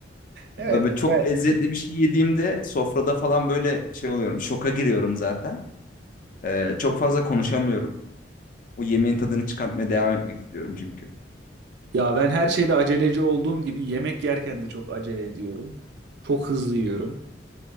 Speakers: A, on the right; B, on the left.
A: Evet,
B: Böyle çok
A: güzel.
B: lezzetli bir şey yediğimde sofrada falan böyle şey oluyorum. Şoka giriyorum zaten. Ee, çok fazla konuşamıyorum. O yemeğin tadını çıkartmaya devam etmek istiyorum çünkü.
A: Ya ben her şeyde aceleci olduğum gibi yemek yerken de çok acele ediyorum. Çok hızlı yiyorum.